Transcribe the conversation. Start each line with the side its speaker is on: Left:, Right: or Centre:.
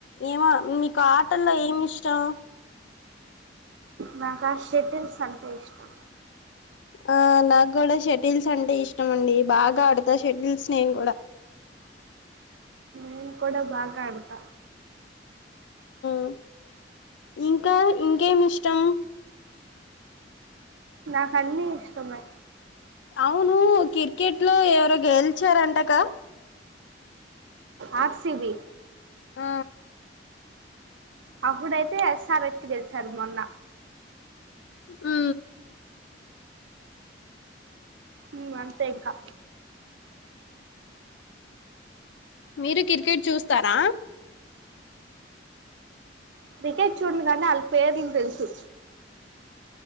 Left: ఏమో మీకు ఆటల్లో ఏమి ఇష్టం
Right: నాకు ఆ షెటిల్స్ అంటే ఇష్టం
Left: ఆ నాకు కూడా షటిల్స్ అంటే ఇష్టం అండి బాగా ఆడతా షటిల్స్ నేను కూడా
Right: నన్ కూడా బాగా ఆడత
Left: మ్ ఇంకా ఇంకేమి ఇష్టం
Right: నాకన్నీ ఇష్టమే
Left: అవును క్రికెట్ లో ఎవరో గెలిచారంటగా
Right: ఆర్ సి బి
Left: ఆ
Right: అప్పుడైతే ఎస్ ర్ ఎచ్ గెలిచారు మొన్న
Left: మ్
Right: మ్ అంతే ఇంకా
Left: మీరు కీర్కిట్ చూస్తారా
Right: క్రికెట్ చూడ కానీ ఆళ్ల పేర్లు తెలుసు